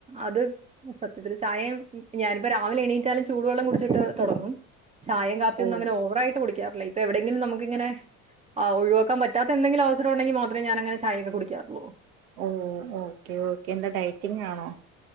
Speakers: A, on the right; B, on the right.
A: അത് സത്യത്തില് ചായയും ഞാനിപ്പോ രാവിലെ എണീറ്റാലും ചൂടുവെള്ളം കുടിച്ചിട്ട് തുടങ്ങും ചായേം കാപ്പിയും
B: ഓ
A: ഒന്നും അങ്ങനെ ഒവറായി ട്ട് കുടിക്കാറില്ല ഇപ്പോ എവിടെങ്കിലും നമുക്ക് ഇങ്ങനെ ആഹ് ഒഴിവാക്കാൻ പറ്റാത്ത എന്തെങ്കിലും അവസരം ഉണ്ടെങ്കിൽ മാ ഇപ്പം ഞാനങ്ങനെ ചായയൊക്ക കുടിക്കാറുള്ളൂ
B: ഓ ഓക്കെ ഓക്കെ എന്താ ഡയറ്റിങ് ആണോ